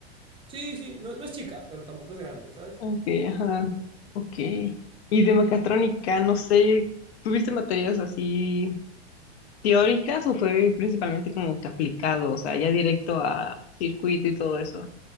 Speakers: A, on the right (about 15°); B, on the left (about 75°).
A: Sí, sí, no, no es chica, pero tampoco es grande, ¿sabes?
B: ok, ajá. Ok. Y de mecatrónica, no sé, ¿tuviste materias así teóricas o fue principalmente como que aplicado? O sea, ya directo a circuito y todo eso.